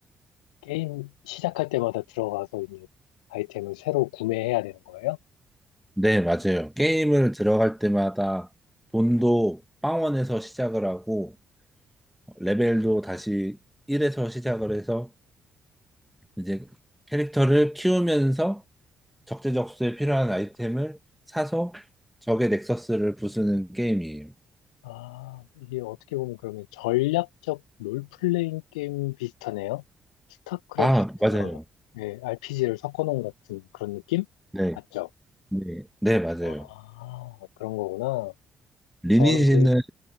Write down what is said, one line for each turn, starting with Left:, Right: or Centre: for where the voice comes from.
Left: 게임 시작할 때마다 들어가서 이제 아이템을 새로 구매해야 되는 거예요?
Centre: 네, 맞아요. 게임을 들어갈 때마다 돈도 빵원에서 시작을 하고, 레벨도 다시 1에서 시작을 해서, 이제 캐릭터를 키우면서 적재적소에 필요한 아이템을 사서 적의 넥서스를 부수는 게임이에요.
Left: 아, 이게 어떻게 보면 그러면 전략적 롤플레잉 게임 비슷하네요. 스타크래프트랑
Centre: 아, 맞아요.
Left: RPG를 섞어놓은 같은 그런 느낌?
Centre: 네,
Left: 맞죠?
Centre: 네, 네, 맞아요.
Left: 아, 그런 거구나.
Centre: 리니지는
Left: 저는 그,